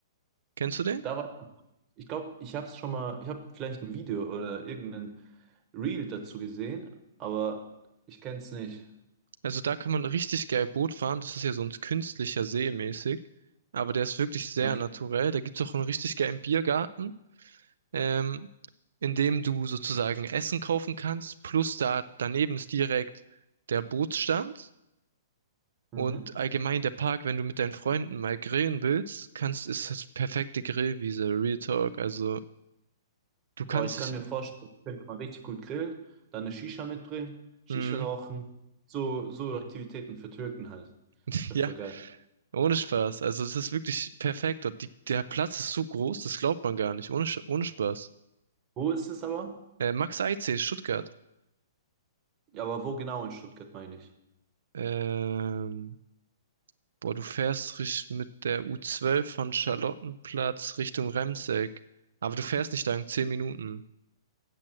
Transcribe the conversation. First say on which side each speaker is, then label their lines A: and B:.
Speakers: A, on the right; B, on the right.
A: Kennst du den?
B: Da war, ich glaube, ich habe es schon mal, ich habe vielleicht ein Video oder irgendein Reel dazu gesehen, aber ich kenne es nicht.
A: Also, da kann man richtig geil Boot fahren. Das ist ja so ein künstlicher See mäßig. Aber der ist wirklich sehr
B: Okay.
A: naturell. Da gibt's auch einen richtig geilen Biergarten, ähm, in dem du sozusagen Essen kaufen kannst. Plus da daneben ist direkt der Bootsstand.
B: Mhm.
A: Und allgemein der Park, wenn du mit deinen Freunden mal grillen willst, kannst, ist das perfekte Grillwiese, Real Talk. Also Du
B: Aber
A: kannst
B: ich kann
A: dich,
B: mir vorstellen, ich könnte mal richtig gut grillen, dann eine Shisha mitbringen, Shisha
A: Mhm.
B: rauchen, so, so Aktivitäten für Türken halt.
A: <laughs>
B: Ist ja
A: ja,
B: voll geil.
A: ohne Spaß. Also es ist wirklich perfekt dort. Die, der Platz ist so groß, das glaubt man gar nicht. Ohne, Sch- ohne Spaß.
B: Wo ist es aber?
A: Äh, Max Eitzee, Stuttgart.
B: Ja, aber wo genau in Stuttgart meine ich?
A: Ähm, boah, du fährst richt- mit der u zwölf von Charlottenplatz Richtung Remseck. Aber du fährst nicht lang, 10 Minuten.